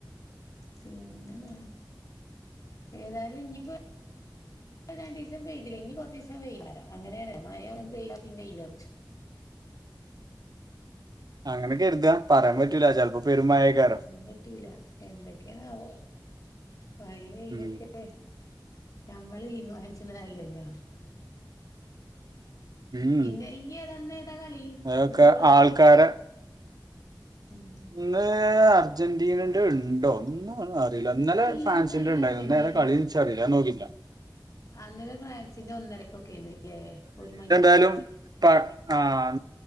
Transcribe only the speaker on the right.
അങ്ങനെ കെരുതാ പറയാൻ പറ്റൂല ചിലപ്പോ പെരു മയേക്കാരോ
ഉം
ഉം
അതൊക്കെ
ആൾക്കാരെ
ഇന്ന് അർജന്റീനന്റെ ഇണ്ടോ ഇന്നാണ് അ റീല ഇന്നലെ
ഫ്രാൻസിന്റെ
ഇണ്ടായിരുന്നു
ഇന്ന് ഏതാ കളിചറില്ല ഞ്ഞാൻ നോക്കിട്ടില്ല
എന്നാലും ആഹ്